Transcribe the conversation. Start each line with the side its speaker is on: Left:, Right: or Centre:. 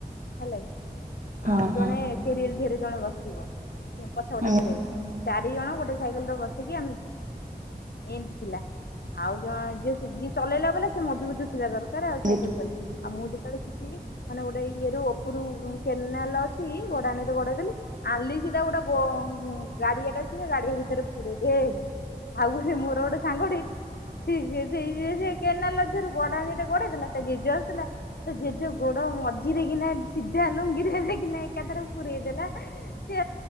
Left: ହେଲା କି
Right: ହଁ
Left: ଆଉ ଜଣେ
Right: ହଁ
Left: କେରିଏଲ ଧରି ଜଣେ ବସିଥିବ। ପଛ ପଟେ
Right: ମାନେ
Left: କେରଲେ ଚାରି ଜଣ ଗୋଟେ ସାଇକେଲରେ ବସ କି ଆମେ ଏମିତି ଥିଲା ଆଉ ଜଣେ ଯିଏ ଯିଏ ଚଲେଇଲା ବଲେ ସିଏ ମଜବୁତ ଥିବା ଧର କାର।
Right: ଯେତିକି
Left: ଆଉ ସାଇକେଲ ଚାଲେ ଆଉ ମୁଁ ଯେତେବେଳେ ଶିଖିଲି ମାନେ ଗୋଟେ ଇଏ ର ଉପରୁ କେନାଲ ଅଛି ଗୋଡାଣିରେ ଗୋଡେଇ ଦେଲି ଆଲି ଗୋଟେ ଗ ଗାଡିଆଟା ଅଛି ନା ଗାଡିଆ ଭିତ ପୁରେଇଦେଲି । ଆଉ ଗୋଟେ ମୋର ଗୋଟେ ସାଙ୍ଗଟେ ଠ ସେ ଅ ସେ। <unintelligible> କେନାଲଦେରୁ ଗଡାଣି ରେ ଗୋଡେଇଥିଲା ଜେଜେ ଆସଥିଲା ତ ଜେଜୁ ଗୋଡ ମଝିରେ କି ନା ସିଧା ଲୁଙ୍ଗିରେ ଯାଇ କିନା ଏକାଥରେ ପୁରେଇଦେଲା ତା